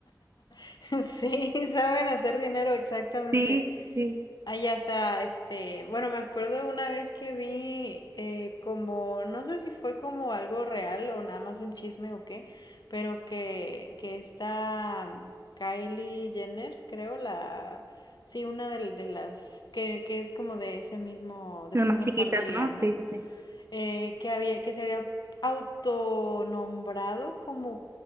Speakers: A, on the left; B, on the right.
A: <laughs> Sí, saben hacer dinero, exactamente.
B: Sí, sí, sí.
A: Allá está, este, bueno, me acuerdo una vez que vi eh, como, no sé si fue como algo real o nada más un chisme o qué, pero que, que esta mm, Kylie Jenner, creo, la, sí, una de, de las, que, que es como de ese mismo, de
B: Las
A: esa
B: más
A: misma
B: chiquitas,
A: familia,
B: ¿no?
A: ¿no?
B: Sí, sí, sí.
A: eh, que había, que se había autonombrado como